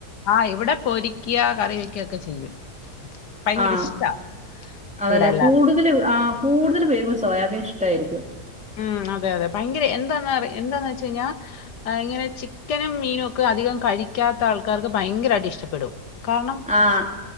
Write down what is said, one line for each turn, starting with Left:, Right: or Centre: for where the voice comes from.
Left: ആഇവിടെ പൊരിക്കിയ കറി വെക്കക്കെ ചെയ്യും ഭയങ്കര
Centre: ആ
Left: ഇഷ്ടാ
Centre: അതല്ല
Left: ഇവിടെ എല്ലാവർക്കും.
Centre: കൂടുതൽ ആ കൂടുതൽ ഫേമസ് സോയാബീൻ ഇഷ്ട്ടായിരിക്കും
Left: ഉം അതെ അതെ ഭയങ്കര എന്താന്ന എന്താന്ന് വെച്ചഴിഞ്ഞാ അ ഇങ്ങനെ ചിക്കനും മീനും ഒക്കെ അധികം കഴിക്കാത്ത ആൾക്കാർക്ക് ഭയങ്കരായിട്ട് ഇഷ്ടപ്പെടും കാരണം
Centre: ആഹ്